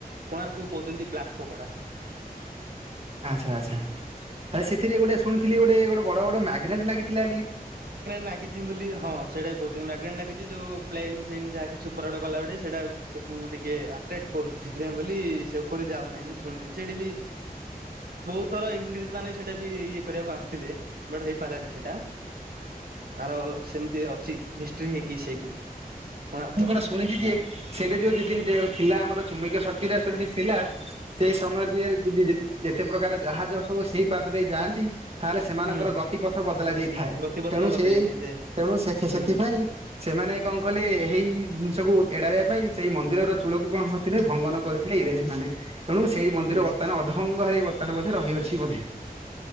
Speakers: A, on the right; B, on the right.
A: କୋଣାର୍କ କୁ କହୁଛନ୍ତି ବ୍ଲାକ୍ ପଗୋଡା
B: ଆଚ୍ଛା ଆଚ୍ଛା। ସେଥିରେ ଗୋଟେ ଶୁଣିଥିଲି ଗୋଟେ ଗୋଟେ ବଡ ବଡ ମାଗନେଟ ଲାଗଥିଲା
A: ଲାଗିଛି ବୋଲି ହଁ ସେଇଟା କହୁଛନ୍ତି, ମାଗନେଟ ଲାଗିଛି ଯୋଉ ପ୍ଲେନ ଯାହା କିଛି ଉପରାଡ଼ ଗଲାବେଳେ, ସେଇଟା ତାକୁ ଟିକେ ଆଟ୍ରାକ୍ଟ କରୁଛି, ସେଥିପାଇଁ ବୋଲି ସେ ଉପରେ ଯାଉନାହିଁ। ମୁଁ ଶୁଣିଥିଲି ସେଇଠି ବି ବହୁତ ଥର ଇଂରେଜ ମାନେ ସେଇଟା ବି ଇଏ କରିବାକୁ ଆସିଥିଲେ ବଟ ହେଇପାରିଲାନି ସେଇଟା ତାର ସେମିତି ଅଛି ମିଷ୍ଟ୍ରି ହେଇକି ସେଇଠି କୋଣାର୍କରେ
B: ମୁଁ କଣ ଶୁଣିଛି ଯେ- ସେଠା ଯୋଉ ଯେତି ଥିଲା ଆମର ଚୁମ୍ବକୀୟ ଶକ୍ତି ଦାସି ଥିଲା <unintelligible> ସେଇ ସମୟରେ ଯିଏ ଯଦି ଯେତେ ପ୍ରକାର ଜାହାଜ ସବୁ ସେଇ ବାଟ ଦେଇ ଯାଆନ୍ତି ତାହେଲେ ସେମାନଙ୍କର
A: ହୁଁ।
B: ଗତିପଥ ବଦଳାଇ ଦେଇଥାଏ
A: ଗତିପଥଲ
B: ତେଣୁ
A: ବଦଳେଇ
B: ସେ
A: ଦେଇଥାଏ
B: ତେଣୁ ସେ
A: ହୁଁ
B: ସେଥିପାଇଁ ସେମାନେ କଣ କଲେ ହେଇ ଜିନି କକୁ ଏଡାଇବା ପାଇଁ ସେଇ ମନ୍ଦିର ର ଚୂଳ କକୁ କଣ କରିଥିଲେ ଭଙ୍ଗନ କରିଥିଲେ ଇଂରାଜୀ ମାନେ ତେଣୁ ସେଇ ମନ୍ଦିର
A: ଇଂରେଜ।
B: ବର୍ତ୍ତମାନ ଅଧଙ୍ଗରେ ବର୍ତ୍ତମାନ ବୋଧେ ରହିଅଛି ବୋଧେ